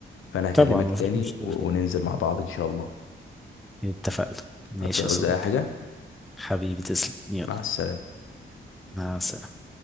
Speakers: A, on the left; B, in the centre.
A: فانا هكلمك
B: طبعا مفيش
A: تاني
B: مشكلة
A: و- وننزل مع بعض ان شاء الله
B: اتفقنا ماشي
A: هتعوز
B: يا صديقي
A: اي حاجه
B: حبيبي تسلم يلا
A: مع السلامه
B: مع السلامة